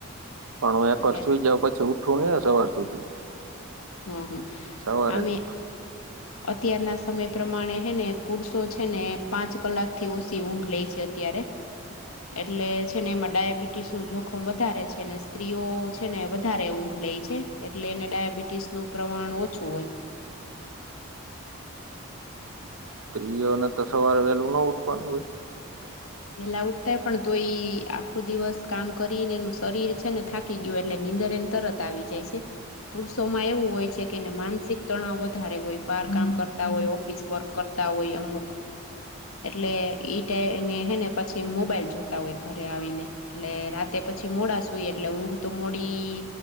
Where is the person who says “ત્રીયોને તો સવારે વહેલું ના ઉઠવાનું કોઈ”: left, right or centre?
Right